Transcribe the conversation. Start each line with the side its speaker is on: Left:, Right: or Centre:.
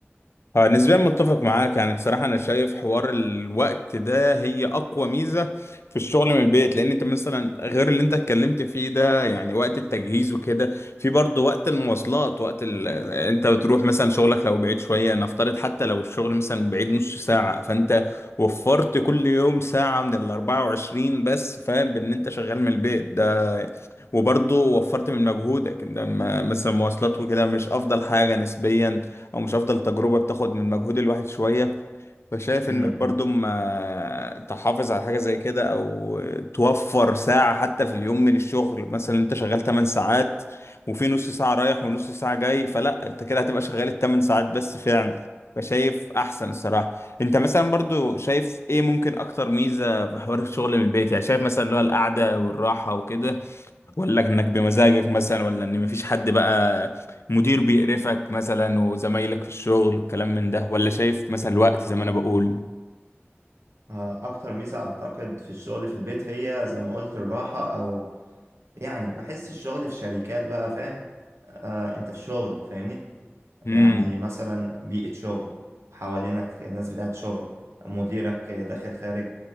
Left: آه، نسبيا متفق معاك يعني بصراحة أنا شايف حوار الوقت ده هي أقوى ميزة في الشغل من البيت لأن أنت مثلا غير اللي أنت اتكلمت فيه ده يعني وقت التجهيز وكده في برضه وقت المواصلات وقت ال... آه، أنت بتروح مثلا شغلك لو بعيد شوية نفترض حتى لو الشغل مثلا بعيد نص ساعة فأنت وفرت كل يوم ساعة من ال 24 بس فاهم بإن أنت شغال من البيت وبرضه وفرت من مجهودك إن لما مثلا مواصلات وكده مش افضل حاجة نسبيا او مش افضل تجربة بتاخد من مجهود الواحد شوية فشايف
Right: م
Left: انك
Right: -م.
Left: برضه ما تحافظ على حاجة زي كده او توفر ساعة حتى في اليوم من الشغل مثلا انت شغال 8 ساعات وفي نص ساعة رايح ونص ساعة جاي فلا انت كده هتبقى شغال الثمان ساعات بس فعلا فشايف احسن الصراحة انت مثلا برضو شايف ايه ممكن اكتر ميزة في حوار الشغل من البيت يعني شايف مثلا اللي هو القعدة والراحة وكده ولا انك بمزاجك مثلا ولا ان مفيش حد بقى مدير بيقرفك مثلا وزمايلك في الشغل والكلام من ده ولا شايف مثلا الوقت زي ما انا بقول
Right: آه أكتر ميزة أعتقد في الشغل في البيت هي زي ما قلت الراحة أو يعني بحس الشغل في شركات بقى فاهم آه أنت في شغل فاهمني
Left: امم
Right: يعني مثلا بيئة شغل حوالينك ناس بتاعت شغل مديرك داخل خارج